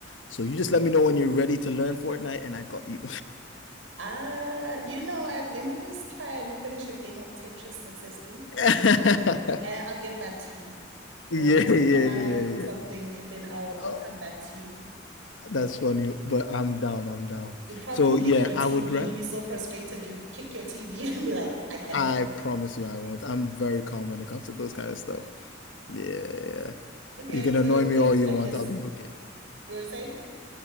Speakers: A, on the left (about 70°); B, on the right (about 85°).
A: So you just
B: Okay.
A: let me know when you're ready to learn Fortnite and I got you.
B: Uh, you know what? Let me just try and finish a game of Tetris successfully,
A: <laughs>
B: and I'll get back to you,
A: Yeah,
B: or Super
A: yeah,
B: Mario
A: yeah,
B: or something,
A: yeah.
B: and then I'll I'll
A: Oh,
B: come back to you.
A: that's funny, but I'm down, I'm down.
B: You'd probably
A: So
B: kick
A: yeah,
B: your TV.
A: I would
B: You'd
A: re
B: be so frustrated. You'd kick your TV <laughs> and be like, I can't
A: I
B: do it.
A: promise you I won't. I'm very calm when it comes to those kind of stuff. Yeah, yeah.
B: Okay,
A: You can
B: so
A: annoy
B: your
A: me
B: friend
A: all
B: is
A: you
B: like,
A: want,
B: yes,
A: I'll be okay.
B: you were saying?